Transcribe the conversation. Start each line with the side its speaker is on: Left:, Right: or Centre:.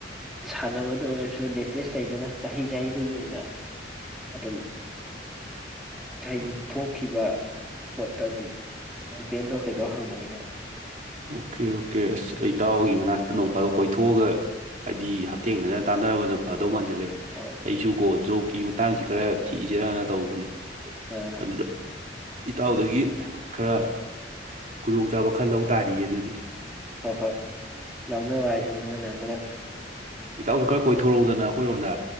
Centre: ꯁꯥꯟꯅꯕꯗ ꯑꯣꯏꯔꯁꯨ ꯂꯦꯇꯦꯁ ꯂꯩꯗꯅ ꯆꯍꯤ ꯆꯍꯤꯗꯨꯒꯤ ꯑꯣꯏꯅ ꯑꯗꯨꯝ ꯍꯥꯏꯗꯤ
Right: ꯍꯣꯏ
Centre: ꯊꯣꯛꯈꯤꯕ ꯄꯣꯠꯇ ꯑꯗꯨꯝ ꯗꯤꯄꯦꯟ ꯇꯧꯔ ꯀꯩꯗꯧꯔ ꯍꯪꯕꯅꯤꯅ
Right: ꯑꯣꯀꯦ ꯑꯣꯀꯦ ꯑꯁ ꯑꯩ ꯇꯥꯎꯒꯤ ꯃꯅꯥꯛꯇ ꯅꯣꯡꯐꯥꯗꯣꯛ ꯀꯣꯏꯊꯣꯛꯑꯒ ꯍꯥꯏꯕꯗꯤ ꯍꯛꯊꯦꯡꯅꯅ ꯇꯥꯟꯅꯔꯕꯅ ꯐꯗꯧ ꯃꯥꯟꯖꯟ ꯁꯤꯜꯂꯦ
Centre: ꯍꯣꯏ
Right: ꯑꯩꯁꯨ ꯀꯣ ꯖꯣꯕ ꯀꯤ ꯃꯇꯥꯡꯁꯤ ꯈꯔ ꯊꯤꯛꯏꯁꯤꯔꯅ ꯇꯧꯕꯅꯦ
Centre: ꯑ
Right: ꯑꯗꯨꯗ ꯏꯇꯥꯎꯗꯒꯤ ꯈꯔ ꯈꯨꯗꯣꯡ ꯆꯕ ꯈꯔ ꯂꯧ ꯇꯥꯔꯤꯌꯦ ꯑꯗꯨꯗꯤ
Centre: ꯍꯣꯏ ꯍꯣꯏ ꯂꯧꯅꯕ ꯍꯥꯏꯗꯨꯅꯤ ꯑꯃꯅ ꯑꯃꯅ
Right: ꯏꯇꯥꯎꯁꯨ ꯈꯔ ꯀꯣꯏꯊꯣꯔꯛꯎꯗꯅ ꯑꯩꯈꯣꯏꯔꯣꯝꯗ